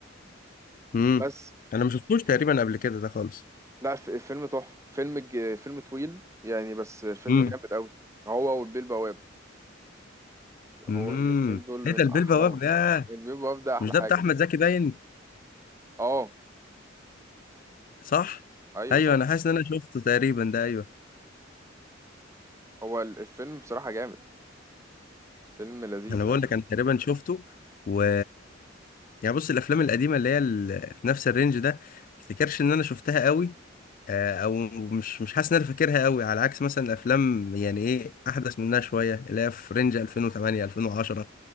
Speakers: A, on the left; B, on the right.
A: امم
B: بس
A: انا ما شفتوش تقريبا قبل كده ده خالص
B: لا ف- فيلم تحفة فيلم ج... فيلم طويل يعني بس فيلم
A: امم
B: جامد قوي هو والبيه البواب هو
A: امم
B: الاتنين دول من
A: ايه ده البيه
B: احلاهم
A: البواب ياه
B: من بيب وببدأ احلى
A: مش ده
B: حاجه
A: بتاع احمد زكي باين
B: اه
A: صح
B: ايوه
A: ايوه
B: صح
A: انا حاسس ان انا شفته تقريبا ده ايوه
B: هو ال- الفيلم بصراحه جامد فيلم لذيذ
A: انا بقول
B: قوي
A: لك
B: يعني
A: انا تقريبا شفته و يعني بص الافلام القديمه اللي هي ال- في نفس الرينج ده ما افتكرش ان انا شفتها قوي آه، او مش مش حاسس ان انا فاكرها قوي على عكس مثلا الافلام يعني ايه احدث منها شويه اللي هي في رينج 2008 2010